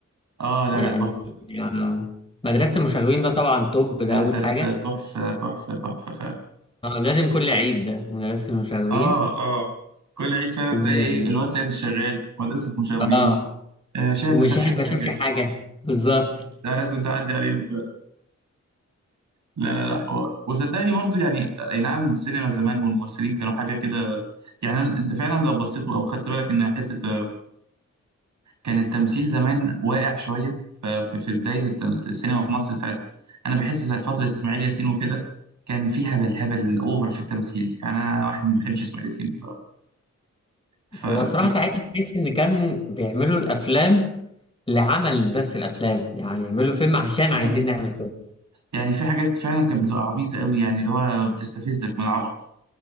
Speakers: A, on the right; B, on the left.
A: اه لا
B: يعني
A: لا تحفه
B: آه، مدرسه المشاغبين ده طبعا توب ده
A: ده
B: اول
A: ده
B: حاجه
A: ده تحفة تحفة تحفة فعلا
B: آه لازم كل عيد ده مدرسه المشاغبين
A: اه اه كل عيد فعلا
B: و...
A: تلاقي ايه الواد سيد الشغال مدرسة مشاغبين
B: اه
A: آه شاهد
B: وشاهد
A: ما شافش حاجة
B: ما شافش حاجه بالظبط
A: ده لازم تعدي عليهم فعلا لا لا لا حوار وصدقني برضو يعني آه، اي نعم السينما زمان والممثلين كانوا حاجة كده يعني انت فعلا لو بصيت او خدت بالك ان حتة آه، كان التمثيل زمان واقع شوية ففي في بداية الت- السينما في مصر ساعة انا بحس ساعة فترة اسماعيل ياسين وكده كان في هبل هبل اوفر في التمثيل يعني انا أنا واحد ما بحبش اسماعيل ياسين بصراحة فكنت
B: هو الصراحه ساعتها تحس ان كان بيعملوا الافلام لعمل بس الافلام يعني يعملوا فيلم عشان
A: مش عارف
B: عايزين نعمل فيلم
A: يعني في حاجات فعلا كانت بتبقى عبيطة قوي يعني اللي هو بتستفزك من العبط